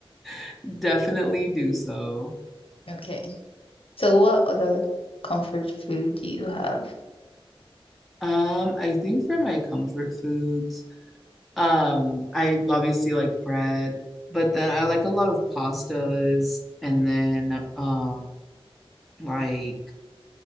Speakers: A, in the centre; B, on the left.
A: <laughs> definitely do so.
B: Okay. So what other comfort food do you have?
A: Um, I think for my comfort foods, um, I obviously like bread, but then I like a lot of pastas and then um like